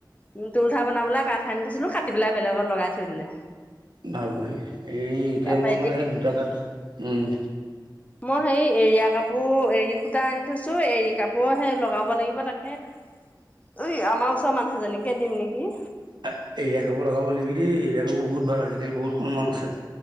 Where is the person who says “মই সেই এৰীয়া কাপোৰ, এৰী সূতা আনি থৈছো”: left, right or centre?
Left